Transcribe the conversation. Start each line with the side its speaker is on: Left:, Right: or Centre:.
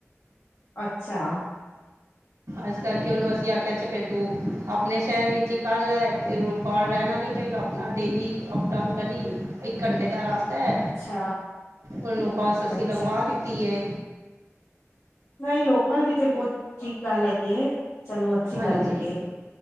Left: ਅੱਛਾ।
Right: ਇਸ ਕਰਕੇ ਉਹਨੂੰ ਅਸੀਂ ਆਖਿਆ,, ਫੇਰ ਤੂੰ ਆਪਣੇ ਸ਼ਹਿਰ ਵਿੱਚ ਇੱਕ ਕਰ ਲੈ ਤੇ ਬਾਹਰ ਰਹਿਣਾ ਨਹੀਂ ਪਏਗਾ, ਆਪਣਾ ਡੇਲੀ ਅਪ- ਡਾਊਨ ਕਰੀ, ਇੱਕ ਘੰਟੇ ਦਾ ਰਸਤਾ ਤੇ,
Left: ਅੱਛਾ
Right: ਉਹਨੂੰ ਬੱਸ ਅਸੀਂ
Left: ਅੱਛਾ
Right: ਲਗਵਾ ਦਿੱਤੀ ਏ।
Left: ਨਹੀਂ, ਲੋਕਲ ਦੀ ਤੇ, ਬਹੁਤ ਠੀਕ ਗੱਲ ਹੈਗੀ, ਏ। ਚਲੋ ਅੱਛੀ
Right: ਹਾਂਜੀ।
Left: ਗੱਲ ਹੈਗੀ ਏ